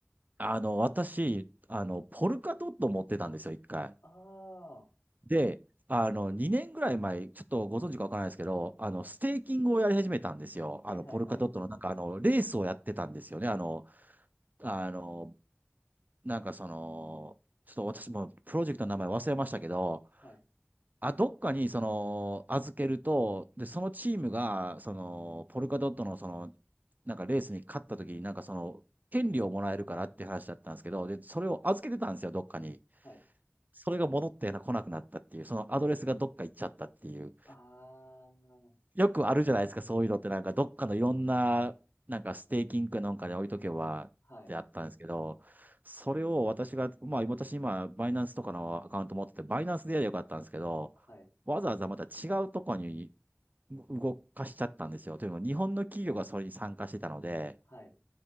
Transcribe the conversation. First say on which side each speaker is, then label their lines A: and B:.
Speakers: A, on the right; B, on the left.
A: あの、私、あの、ポルカドット持ってたんですよ、一回。
B: ああー。
A: で、あの、2年ぐらい前、ちょっとご存知かわからないですけど、あの、
B: はい。
A: ステーキングをやり始めたんですよ。
B: はいはいはい。
A: あの、ポルカドットのなんかあの、レースをやってたんですよね。あの、あの、なんかその、ちょっと私もプロジェクトの名前忘れましたけど、
B: はい。
A: あ、どっかにその、預けると、で、そのチームが、その、ポルカドットのその、なんかレースに勝った時になんかその、権利をもらえるからっていう話だったんですけど、で、それを預けてたんですよ、
B: はい。
A: どっかに。
B: はい。
A: それが戻ってな来なくなったっていう、そのアドレスがどっか行っちゃったっていう。
B: あー。
A: よくあるじゃないですか、そういうのってなんか、どっかのいろんな、なんかステーキングかなんかで置いとけばってあったんですけど、
B: はい。
A: それを私が、まあ私今、バイナンスとかのアカウント持ってて、バイナンスでやればよかったんですけど、
B: はい。
A: わざわざまた違うとこに動かしちゃったんですよ。というのも、日本の企業がそれに参加してたので、
B: はい。